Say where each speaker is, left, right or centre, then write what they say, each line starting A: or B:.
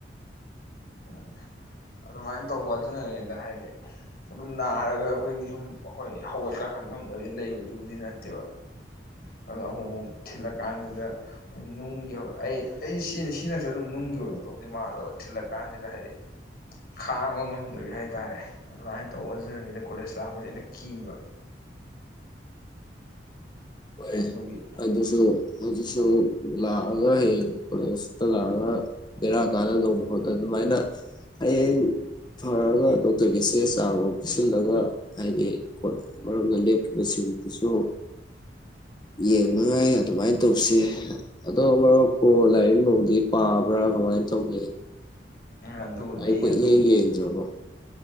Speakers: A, on the left; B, on the left.
A: ꯎꯝ ꯑꯗꯨꯃꯥꯏꯅ ꯇꯧꯕ ꯑꯗꯨꯅꯅꯤꯗ ꯍꯥꯏꯗꯤ ꯑꯗꯨꯝ ꯅꯥꯔꯒ ꯑꯩꯈꯣꯏꯒꯤ ꯁꯨꯝ ꯑꯩꯈꯣꯏ ꯍꯧꯒꯠ ꯀꯥꯡꯈꯠ ꯉꯝꯗꯕꯗꯤ ꯂꯩꯕꯗꯨꯕꯨꯗꯤ ꯅꯠꯇꯦꯕ ꯑꯗꯣ ꯑꯃꯨꯛ ꯑꯃꯨꯛ ꯊꯤꯜꯂ ꯀꯥꯟꯁꯤꯗ ꯅꯨꯡꯒꯤ ꯑꯩ ꯑꯩ ꯁꯤꯅꯤ ꯁꯤꯅꯁꯨ ꯑꯗꯨꯝ ꯅꯨꯡꯒꯤ ꯑꯣꯏꯔꯝ ꯇꯧꯗꯣꯏ ꯃꯥꯜꯂꯕ ꯊꯤꯜꯂꯀꯥꯟꯁꯤꯗ ꯍꯥꯏꯗꯤ ꯈꯥꯡꯕ ꯉꯝꯗꯕꯤ ꯍꯥꯏ ꯇꯥꯔꯦ ꯑꯗꯨꯃꯥꯏꯅ ꯇꯧꯕ ꯑꯗꯨꯅꯅꯤꯅ ꯀꯣꯂꯦꯖ ꯂꯥꯛꯄꯁꯦ ꯑꯩꯅ ꯀꯤꯕ
B: ꯍꯣꯏ
A: ꯑꯗꯨꯒꯤ
B: ꯑꯗꯨ ꯑꯗꯨꯁꯨ ꯑꯗꯨꯗꯨꯁꯨ ꯂꯥꯛꯑꯒ ꯍꯌꯦꯡ ꯀꯣꯂꯦꯖꯇ ꯂꯥꯛꯑꯒ ꯕꯦꯔꯥ ꯀꯥꯟꯅ ꯇꯅꯕ ꯈꯣꯠꯅ ꯑꯗꯨꯃꯥꯏꯅ ꯍꯌꯦꯡ ꯐꯔꯛꯑꯒ ꯗꯣꯛꯇꯔꯒꯤ ꯆꯦ ꯆꯥꯡ ꯑꯃ ꯄꯤꯁꯤꯜꯂꯒ ꯍꯥꯏꯗꯤ ꯃꯔꯝꯅ ꯂꯦꯞꯈꯤꯕꯁꯤꯡꯗꯨꯁꯨ ꯌꯦꯡꯅꯉꯥꯏ ꯑꯗꯨꯃꯥꯏꯅ ꯇꯧꯁꯤ ꯑꯗꯣ ꯃꯔꯨꯞꯄꯨ ꯂꯥꯏꯔꯤꯛ ꯂꯅꯨꯡꯗꯤ ꯄꯥꯕ꯭ꯔꯥ ꯀꯃꯥꯏꯅ ꯇꯧꯒ
A: ꯑꯗꯨꯕꯨꯗꯤ
B: ꯑꯩꯈꯣꯏ
A: ꯑꯗꯨꯝ
B: ꯌꯦꯡ ꯌꯦꯡꯗ꯭ꯔꯕꯣ